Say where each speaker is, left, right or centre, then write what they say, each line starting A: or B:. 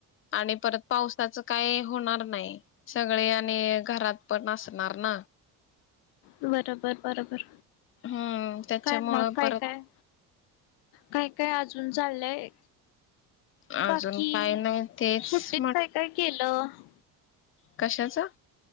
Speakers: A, on the left; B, on the left.
A: आणि परत पावसाच काय होणार नाही सगळे आणि घरात पण असणार ना
B: बरोबर बरोबर
A: हम्म त्याच्यामुळं
B: काय मग काय
A: परत
B: काय काय काय अजून चाललंय
A: अजून
B: बाकी
A: काय नाही तेच
B: सुट्टीत काय काय केलं
A: कशाचा